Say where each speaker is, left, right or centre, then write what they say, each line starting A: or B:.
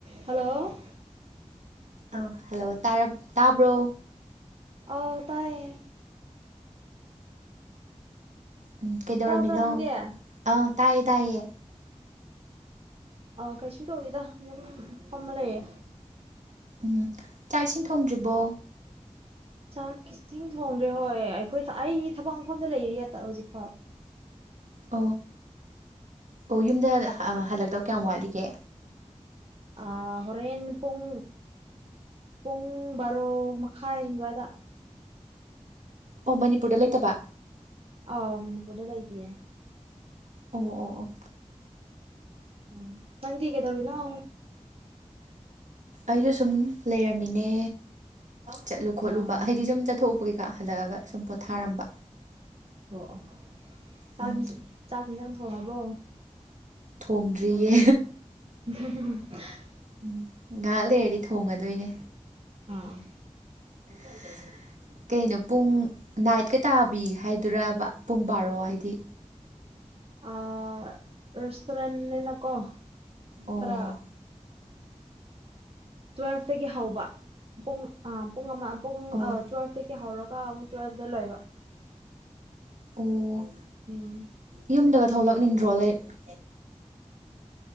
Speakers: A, on the right; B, on the right.
A: hello <inaudible>
B: ꯑꯥ hello ꯇꯥꯕ꯭ꯔꯣ
A: ꯑꯥ ꯇꯥꯏꯌꯦ
B: ꯎꯝ ꯀꯩꯗꯧꯔꯝꯃꯤꯅꯣ
A: ꯇꯥꯕ꯭ꯔꯣ ꯅꯪꯗꯤ ꯑꯥ
B: ꯑꯥ ꯇꯥꯏꯌꯦ ꯇꯥꯏꯌꯦ
A: ꯑꯥ ꯑ ꯀꯩꯁꯨ ꯇꯧꯗꯦꯗ ꯑꯗꯨꯝ ꯐꯝꯃ ꯂꯩꯌꯦ
B: ꯎꯝ ꯆꯥꯛ ꯏꯁꯤꯡ ꯊꯣꯡꯗ꯭ꯔꯤꯕꯣ
A: ꯆꯥꯛ ꯏꯁꯤꯡ ꯊꯣꯡꯗ꯭ꯔꯦ ꯍꯣꯏ ꯑꯩꯈꯣꯏ ꯑꯩ ꯊꯕꯛ ꯃꯐꯝꯗ ꯂꯩꯔꯤ ꯍꯧꯖꯤꯛꯐꯥꯎ
B: ꯑꯣ ꯑꯣ ꯌꯨꯝꯗ ꯍꯜꯂꯛꯇꯧ ꯀꯌꯥꯝ ꯋꯥꯠꯂꯤꯒꯦ
A: ꯑꯥ ꯍꯣꯔꯦꯟ ꯄꯨꯡ ꯄꯨꯡ ꯕꯥꯔꯣ ꯃꯈꯥꯏ ꯑꯗꯨꯋꯥꯏꯗ
B: ꯑꯣ ꯃꯅꯤꯄꯨꯔꯗ ꯂꯩꯇꯕ
A: ꯑꯥꯃꯅꯤꯄꯨꯔꯗ ꯂꯩꯇꯤꯌꯦ
B: ꯑꯣ ꯑꯣ ꯑꯣ
A: ꯎꯝ ꯅꯪꯗꯤ ꯀꯩꯗꯧꯔꯤꯅꯣ
B: ꯑꯩꯁꯨ ꯁꯨꯝ ꯂꯩꯔꯝꯃꯤꯅꯦ ꯆꯠꯂꯨ ꯈꯣꯠꯂꯨꯕ
A: ꯑꯥ ꯑꯥ
B: ꯍꯥꯏꯗꯤ ꯁꯨꯝ ꯆꯠꯊꯣꯛꯎꯄ ꯀꯩꯀꯥ ꯍꯜꯂꯛꯑꯒ ꯁꯨꯝ ꯄꯣꯊꯥꯔꯝꯕ
A: ꯑꯣ ꯑꯣ ꯆꯥꯛ
B: ꯎꯝ
A: ꯆꯥꯛ ꯌꯦꯟꯁꯥꯡ ꯊꯣꯡꯉꯕꯣ
B: ꯊꯣꯡꯗ꯭ꯔꯤꯌꯦ
A: <unintelligible>
B: ꯎꯝ ꯉꯥꯏꯍꯥꯛ ꯂꯩꯔꯗꯤ ꯊꯣꯡꯉꯗꯣꯏꯅꯦ
A: ꯑꯥ
B: <unintelligible> ꯀꯩꯅꯣ ꯄꯨꯡ ꯅꯥꯏꯠꯀ ꯇꯥꯕꯤ ꯍꯥꯏꯗꯨꯔꯕ ꯄꯨꯡ ꯕꯥꯔꯣ ꯍꯥꯏꯗꯤ
A: ꯑꯥ ꯔꯦꯁꯇꯨꯔꯦꯟꯅꯤꯅꯀꯣ
B: ꯑꯣ
A: ꯈꯔ ꯇꯨꯋꯦꯜꯐꯇꯒꯤ ꯍꯧꯕ ꯄꯨꯡ ꯄꯨꯡ ꯑꯃ ꯄꯨꯡ
B: ꯑꯣ
A: ꯇꯨꯌꯦꯜꯞꯇꯒꯤ ꯍꯧꯔꯒ ꯑꯃꯨꯛ ꯇꯨꯌꯦꯜꯞꯇ ꯂꯣꯏꯕ
B: ꯑꯣ
A: ꯎꯝ
B: ꯌꯨꯝꯗꯒ ꯊꯣꯛꯂꯛꯅꯤꯡꯗ꯭ꯔꯣ ꯂꯥꯢꯛ